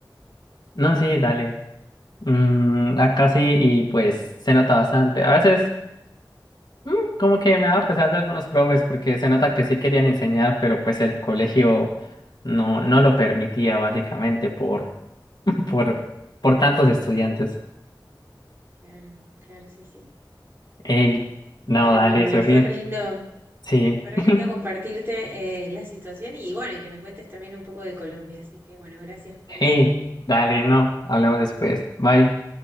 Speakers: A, on the left; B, on the right.
A: No, sí, dale. Mm, acá sí, y pues se nota bastante. A veces. Mm, Como que me daba pesar de algunos profes porque se nota que sí querían enseñar, pero pues el colegio no, no lo permitía básicamente por, <laughs> por, por tantos estudiantes.
B: Claro, claro, sí, sí.
A: Ey, no,
B: Bueno,
A: dale,
B: Manuel,
A: Sofi.
B: fue re lindo,
A: Sí.
B: fue re
A: <laughs>
B: lindo compartirte eh, la situación y bueno, y que me cuentes también un poco de Colombia. Así que bueno, gracias por eso.
A: Ey, dale, no, hablamos después. Bye.